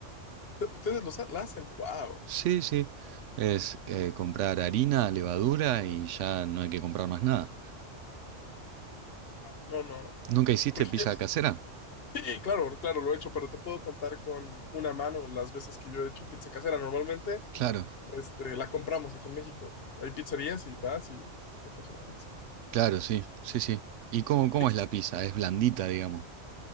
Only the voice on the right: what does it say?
Sí, sí. Es eh, comprar harina, levadura y ya no hay que comprar más nada.
¿Nunca hiciste
pizza
casera?
Claro,
claro, sí, sí, sí. ¿Y cómo, cómo
es la pizza? Es blandita, digamos.